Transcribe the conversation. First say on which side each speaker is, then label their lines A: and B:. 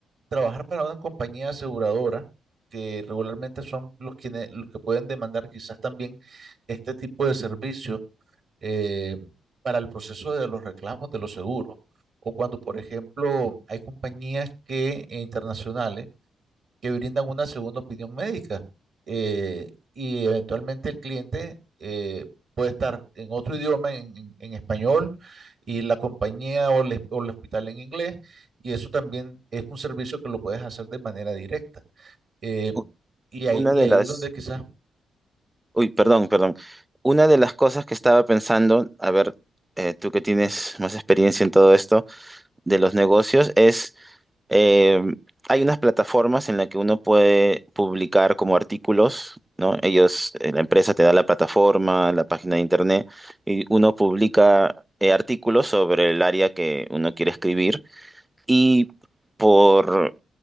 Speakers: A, on the right (about 60°); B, on the right (about 15°).
A: trabajar para una compañía aseguradora, que regularmente son los, quienes, los que pueden demandar quizás también este tipo de servicio eh, para el proceso de los reclamos de los seguros. O cuando, por ejemplo, hay compañías que, eh, internacionales que brindan una segunda opinión médica. eh, y eventualmente el cliente eh, puede estar en otro idioma, en, en- en español, y la compañía o el, o el hospital en inglés, y eso también es un servicio que lo puedes hacer de manera directa. Eh,
B: U-
A: y ahí,
B: Una
A: y
B: de
A: ahí
B: las,
A: es donde quizás,
B: uy, perdón, perdón. Una de las cosas que estaba pensando, a ver, eh, tú que tienes más experiencia en todo esto de los negocios, es eh, hay unas plataformas en las que uno puede publicar como artículos, ¿no? Ellos, eh, la empresa te da la plataforma, la página de internet, y uno publica eh, artículos sobre el área que uno quiere escribir y por